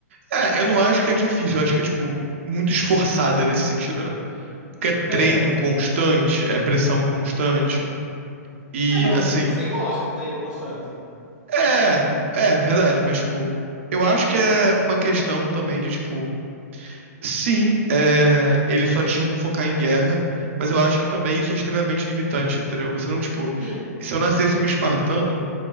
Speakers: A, on the right; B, on the left.
A: É, eu não acho que é difícil, eu acho que é, tipo, muito esforçada nesse sentido, né? Porque é treino
B: É.
A: constante, é pressão constante. E,
B: É, mas
A: assim,
B: você, você gosta de treino constante.
A: é, é verdade, mas, tipo, eu acho que é uma questão também de, tipo, sim, é, eles só tinham que focar em guerra, mas eu acho que também isso é extremamente limitante, entendeu? Você não, tipo,
B: Sim.
A: se eu nascesse um espartano,